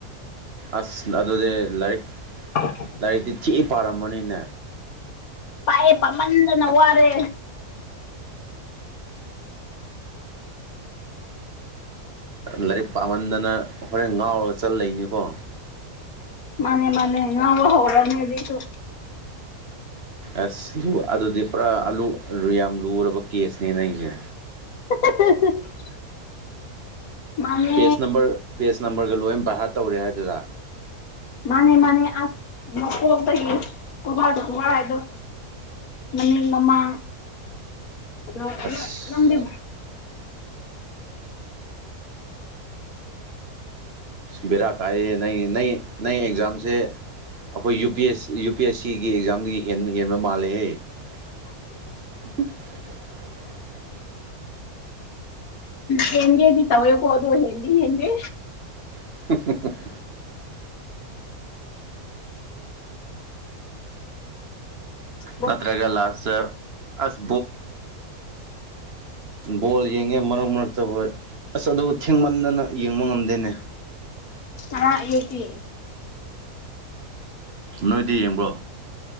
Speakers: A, on the right (about 45°); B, on the left (about 70°).
A: ꯑꯁ ꯑꯗꯨꯗꯤ ꯂꯥꯏꯔꯤꯛ
B: <inaudible>
A: ꯂꯥꯏꯔꯤꯛꯇꯤ ꯊꯤꯏ ꯄꯥꯔꯝꯃꯅꯤꯅꯦ
B: ꯄꯥꯏꯌꯦ ꯄꯥꯝꯃꯟꯗꯅ ꯋꯥꯔꯦ
A: ꯂꯥꯏꯔꯤꯛ ꯄꯥꯝꯍꯟꯗꯅ ꯍꯣꯔꯦꯟ ꯉꯥꯎꯔꯒ ꯆꯠꯂꯩꯅꯤꯀꯣ
B: ꯃꯅꯦ ꯃꯥꯅꯦ ꯉꯧꯔ ꯍꯧꯔꯝꯅꯤ ꯍꯧꯖꯤꯛꯇꯨ
A: ꯑꯁ ꯗꯨ ꯑꯗꯨꯗꯤ ꯄꯨꯔꯥ ꯑꯂꯨ ꯔꯤꯌꯥꯝ ꯂꯨꯔꯕ ꯀꯦꯁꯅꯦ ꯅꯪꯖꯦ
B: <unintelligible> ꯃꯥꯅꯦ
A: ꯄꯦꯖ ꯅꯝꯕꯔ ꯄꯦꯖ ꯅꯝꯕꯔꯒ ꯂꯣꯏ ꯕꯥꯢ ꯍꯥꯔꯗ ꯇꯧꯔꯦ ꯍꯥꯏꯗꯨꯔ
B: ꯃꯅꯦ ꯃꯅꯦ ꯑ ꯅꯄꯗ ꯀꯣꯕꯥꯗ ꯀꯣꯕꯥꯔ ꯍꯥꯏꯗ ꯃꯅꯤꯡ ꯃꯃꯥꯡ ꯑꯗꯨꯣ
A: ꯑꯁ
B: ꯅꯪꯗꯤ
A: ꯕꯦꯔꯥ ꯀꯥꯏꯌꯦ ꯅꯪ ꯅ ꯅꯪ ꯑꯦꯛꯖꯥꯝꯁꯦ ꯑꯩꯈꯣꯏ U U P S U P S ꯁꯤꯒꯤ ꯑꯦꯛꯖꯥꯝꯗꯒꯤ ꯍꯦꯟꯟꯅ ꯍꯦꯟꯕ ꯃꯥꯜꯂꯦꯍꯦ <inaudible>
B: ꯍꯡꯦꯗꯤ ꯇꯋꯕꯣ ꯑꯗꯨꯣ ꯍꯗꯤ ꯍꯗꯤꯦ
A: <inaudible>
B: ꯎꯝ
A: ꯅꯠꯇ꯭ꯔꯒꯂꯥꯁ ꯑꯁ ꯣꯜꯣꯜ ꯌꯦꯡꯉꯦ ꯃꯔꯛ ꯃꯔꯛꯇ ꯍꯣꯏ ꯑꯁ ꯑꯗꯨ ꯊꯦꯡꯃꯟꯗꯅ ꯌꯦꯡꯕ ꯉꯝꯗꯦꯅꯦ
B: ꯑ ꯌꯦꯁꯤ
A: ꯅꯣꯏꯗꯤ ꯌꯦꯡꯕ꯭ꯔꯣ